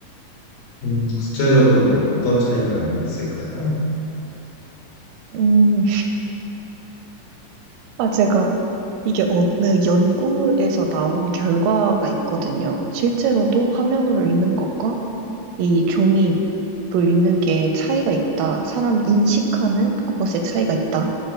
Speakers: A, on the left; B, on the right.
A: 음, 구체적으로 어떤 차이가 있을까요?
B: 음, 아, 제가 이게 어느 연구에서 나온 결과가 있거든요. 실제로도 화면으로 읽는 것과 이 종이로 읽는 게 차이가 있다. 사람이 인식하는 것의 차이가 있다.